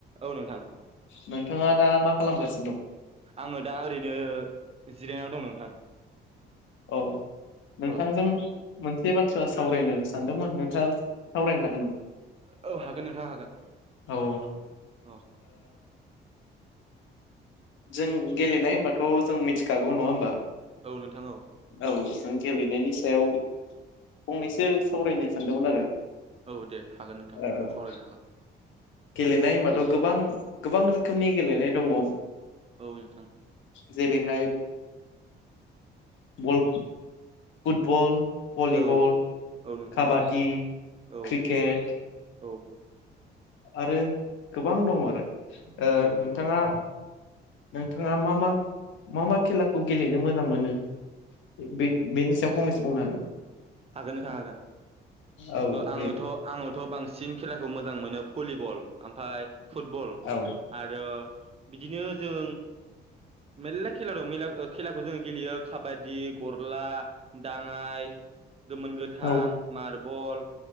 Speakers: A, on the right (about 30°); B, on the left (about 75°).
A: औ नोंथां
B: नोंथाङा
A: औ
B: दा मा खालामगासिनो दं?
A: आंङो दा ओरैनो जिरायनायाव दं नोंथां
B: औ नोंथांजों
A: औ
B: मोनसे बाथ्रा सावरायनो सानदोंमोन नोंथांङा सावरायनो हागोन नामा?
A: औ हागोन नोंथां हागोन
B: औ ओ
A: औ
B: जों गेलेनाय होनबाथ' जों मिथिखागौ नंङा होमबा
A: औ नोंथां औ
B: औ जों गेलेनायनि सायाव फंनैसो सावरायनो सानदोंमोन आरो
A: औ दे हागोन नोंथां
B: ओ
A: सावरायनो हागोन
B: गेलेनाय होनबाथ' गोबां गोबां रोखोमनि गेलेनाय दंङो
A: औ नोंथां
B: जेरैहाय बल फुटबल भलिबल
A: औ औ नोंथां
B: काबादि
A: औ औ
B: क्रिकेट
A: औ
B: आरो गोबां दंङो आरो
A: औ नोंथां
B: नोंथांङा नोंथांङा मा- मा - मा - मा खेलाखौ गेलेनो मोजां मोनो बेनि सायाव फंनैसो बुंनो हागोन
A: हागोननो थां हागोन
B: औ
A: आंङोथ'
B: दे बुं
A: आंङोथ' बांसिन खेलाखौ मोजां मोनो भलिबल ओमफफ्राय फुटबल
B: औ
A: आरो बिदिनो जों मेरला खेला दं मेरला खेलाखौ जों गेलेयो काबादि गरला दांङाय गोमोन गोथां
B: औ
A: मार्बल